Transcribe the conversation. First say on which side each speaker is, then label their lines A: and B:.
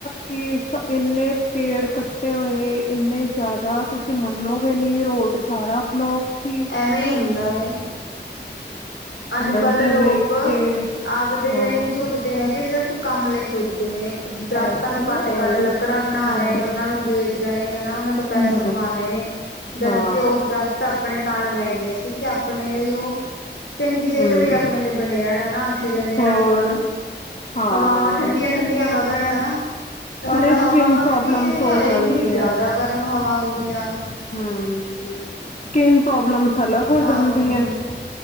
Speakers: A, on the left (about 45°); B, on the left (about 85°).
A: ਕਿ ਇੰਨੇ, ਪੇੜ ਕੱਟੇ ਹੋਏ ਇੰਨੇਂ ਜ਼ਿਆਦਾ। ਤੁਸੀਂ ਮੰਨੋਗੇ ਨੀਂ ਰੋਡ ਸਾਰਾ ਬਲੋਕ। ਸੀ
B: ਐਵੇਂ ਹੀ ਹੁੰਦਾ ਏ। ਅੱਜ
A: ਮੈਨੂੰ
B: ਕੱਲ
A: ਤੇ
B: ਲੋਕ
A: ਵੇਖੇ
B: ਆਪਦੇ
A: ਹਾਂ
B: ਲਈ ਨਹੀਂ ਸੋਚਦੇ ਹੈਗੇ, ਸਿਰਫ਼ ਕੰਮ ਲਈ ਸੋਚਦੇ ਨੇਂ ਦਰੱਖਤਾਂ
A: ਬਸ
B: ਨੂੰ
A: ਓਏ
B: ਕੱਟ-ਕੱਟ ਲ ਕੱਕੜਾ ਬਣਾ
A: ਓਏ
B: ਰਹੇ ਨੇ ਉਹਨਾਂ ਨੂੰ ਵੇਚ ਰਹੇ ਨੇ ਹਨਾ ਉਹਨਾਂ ਤੋਂ ਪੈਸਾ
A: ਹੂੰ
B: ਕਮਾ ਰਹੇ ਨੇ। ਜਦ
A: ਹਾਂ
B: ਕਿਿ ਉਹ ਦਰਖਤ ਆਪਣੇ ਤਾਂ ਲਗਾਏ ਗਏ ਸੀ ਕਿ ਆਪਣੇ ਲਈ ਉਹ ਚੰਗੀ ਸਿਹਤ
A: ਹੂੰ
B: ਲਈ ਆਪਣੇ ਲਈ ਬਣੇ ਰਹਿਣ, ਹਨਾਂ ਆਕਸੀਜਨ ਦੇਣ
A: ਹੋਰ
B: ਆਪਾਂ ਨੂੰ
A: ਹਾਂ
B: ਹਵਾਵਾਂ ਠੰਡੀਆਂ ਠੰਡੀਆਂ ਵਗਣ ਹਨਾਂ, ਤੇ ਹੁਣ
A: ਅਰੇ ਸਕਿਨ
B: ਹਵਾ
A: ਪ੍ਰੋਬਲਮਸ
B: ਵਗਦੀ ਹੈਗੀ
A: ਹੋ
B: ਆ
A: ਜਾਂਦੀ
B: ਇੰਨੀ ਜ਼ਿਆਦਾ ਗਰਮ ਹਵਾ ਹੁੰਂਦੀ ਆ
A: ਹਂ, ਸਕਿਨ ਪ੍ਰੋਬਲਮਸ ਅਲੱਗ ਹੋ
B: ਹਾਂ
A: ਜਾਂਦੀਆਂ।